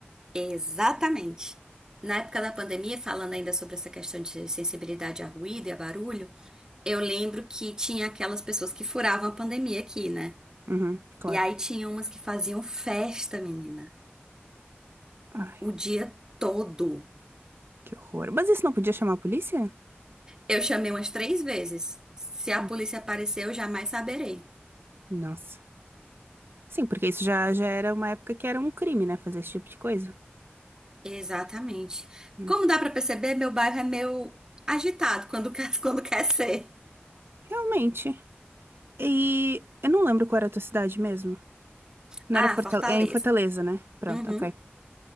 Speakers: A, on the right (about 20°); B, on the right (about 65°).
A: Exatamente. Na época da pandemia, falando ainda sobre essa questão de sensibilidade a ruído e a barulho, eu lembro que tinha aquelas pessoas que furavam a pandemia aqui, né?
B: Uhum, claro.
A: E aí tinha umas que faziam festa, menina,
B: Ai,
A: o dia todo.
B: que horror. Mas isso não podia chamar a polícia?
A: Eu chamei umas três vezes. Se a
B: Hum,
A: polícia aparecer, eu jamais saberei.
B: Nossa. Sim, porque isso já, já era uma época que era um crime, né? Fazer esse tipo de coisa.
A: Exatamente.
B: Hum,
A: Como dá pra perceber, meu bairro é meio agitado quando quer, <laughs> quando quer ser.
B: Realmente. E eu não lembro qual era a tua cidade mesmo. Não
A: Ah,
B: era Fortaleza.
A: Fortaleza.
B: É em Fortaleza, né? Pronto,
A: Uhum.
B: ok.